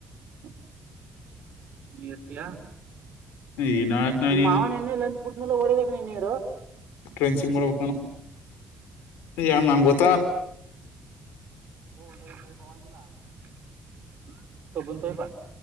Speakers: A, on the right; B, on the left.
A: <unintelligible> ಈರ್ತಿಯಾ
B: ಈ ನಾಳಕ್ ನಾನ್
A: ನಿಮ್ಮ್ ಮಾವನ ಎ್ಣಂತ ಪುಟ್ನೆಲ್ಲ ಹೊಡದ ಸುಮ್ನಿರು
B: ಟ್ರೆನ್ಚಿಂಗ್ ಮಾಡಕ್ ನಾನು ಯಾವ ನಂಗ್ ಗೊತ್ತ
A: ದೋ ದು ರೂಪಾಯಿ ಪವನ್ ಮಿಲ್ಲ <inaudible> ಕಬ್ಬುನ್ ತೋಟ